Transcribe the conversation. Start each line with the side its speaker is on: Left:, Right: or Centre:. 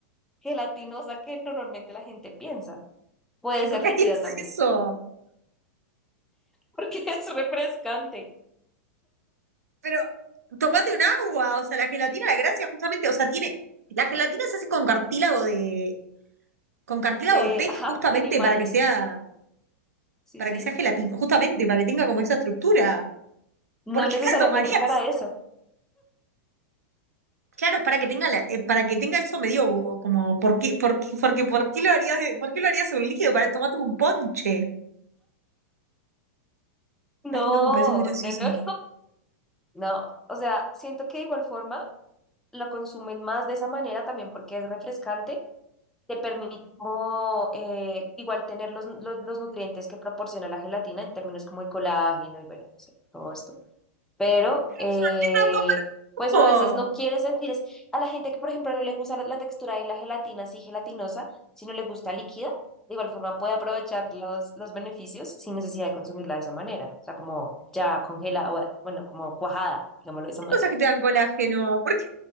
Centre: gelatinosa que normalmente la gente piensa. Puede
Right: ¿Pero
Centre: ser
Right: por qué
Centre: líquida
Right: harías <laughs>
Centre: también,
Right: eso?
Centre: porque <laughs> es refrescante
Right: Pero tomate un agua, o sea, la gelatina, la gracia justamente, o sea, tiene, la gelatina se hace con cartílago de, con cartílago
Centre: de,
Right: de pez
Centre: ajá,
Right: justamente
Centre: de animales.
Right: para que sea,
Centre: Sí,
Right: para
Centre: sí.
Right: que sea gelatina, justamente para que tenga como esa estructura.
Centre: No
Right: ¿Por
Centre: necesariamente
Right: qué la tomarías?
Centre: para eso.
Right: Claro, es para que tenga la- eh, para que tenga eso medio o como ¿por qué, por qué- porque por qué lo harías, por qué lo harías un líquido para tomarte un ponche?
Centre: No,
Right: Ay, no, me parece muy gracioso.
Centre: no, no,
Right: <laughs>
Centre: <laughs> no. O sea, siento que de igual forma lo consumen más de esa manera también porque es refrescante, te permite como eh, igual tener los, los, los nutrientes que proporciona la gelatina en términos como de colágeno y bueno, no sé, todo esto pero
Right: Pero,
Centre: eh,
Right: ¿Por qué no toman un jugo?
Centre: pues a veces no quiere sentir. Es, a la gente que, por ejemplo, no le gusta la, la textura de la gelatina así gelatinosa, si no le gusta líquida, de igual forma puede aprovechar los, los beneficios sin necesidad de consumirla de esa manera, o sea, como ya congelada, o, bueno, como cuajada, digámoslo de esa
Right: Hay
Centre: manera.
Right: cosas que te dan colágeno. ¿Por qué